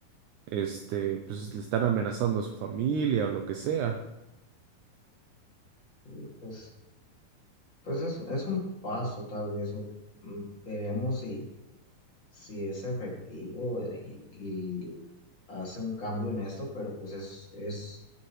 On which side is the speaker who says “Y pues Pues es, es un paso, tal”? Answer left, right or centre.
Left